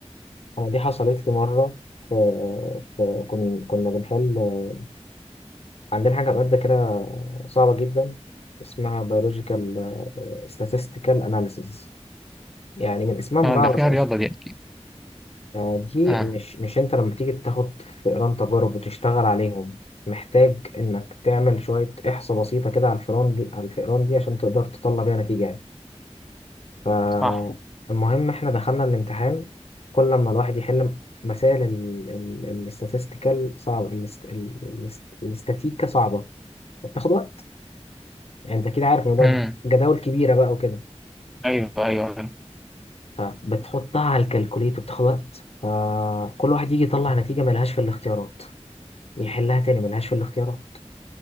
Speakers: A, on the left; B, in the centre.
A: انا دي حصلت لي مره في في كنا كنا بنحل آه، عندنا حاجه ماده كده صعبه جدا اسمها biological آه، statistical analysis يعني من اسمها مجعلص
B: اه ده فيها
A: اصلا
B: رياضه دي اكيد
A: آه، دي
B: اه
A: مش مش انت لما تيجي تاخد فئران تجارب وتشتغل عليهم محتاج انك تعمل شوية احصاء بسيطة كده على الفئران دي على الفئران دي عشان تقدر تطلع بيها نتيجة يعني فالمهم
B: صح
A: احنا دخلنا الامتحان كل ما الواحد يحل مسائل الاستاتستيكال صعبة الاست- ال- الاست- الاستاتيكا صعبة فبتاخد وقت يعني انت اكيد عارف الموضوع
B: امم
A: ده جداول كبيرة بقى وكده
B: ايوه ايوه أيوة.
A: فبتحطها على الكالكوليتر بتاخد وقت فكل واحد يجي يطلع نتيجة ملهاش في الاختيارات يحلها تاني ملهاش في الاختيارات